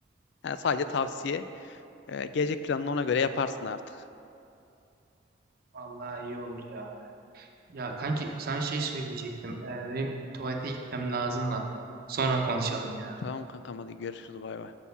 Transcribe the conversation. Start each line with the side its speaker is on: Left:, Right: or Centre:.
Left: Yani sadece tavsiye. E, gelecek planını ona göre yaparsın artık.
Right: Vallahi iyi olur ya. Ya kanki sana şey söyleyecektim. Ee, benim tuvalete gitmem lazım da sonra konuşalım ya.
Left: Tamam kankam hadi görüşürüz bay bay.